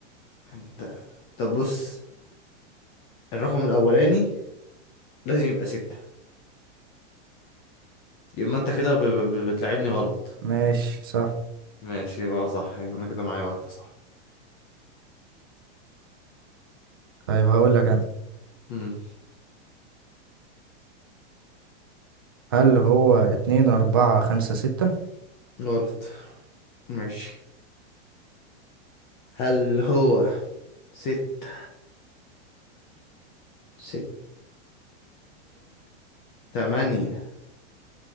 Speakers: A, on the left; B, on the right.
A: انت طب بص الرقم الأولاني لازم يبقى ستة يبقى أنت كده ب... ب... ب- بتلعبني غلط
B: ماشي صح
A: ماشي يبقى صح يبقى أنا كده معايا واحدة صح
B: طيب هقول لك انا
A: امم
B: هل هو اتنين أربعة خمسة ستة
A: غلط ماشي هل هو ستة ستة تمانية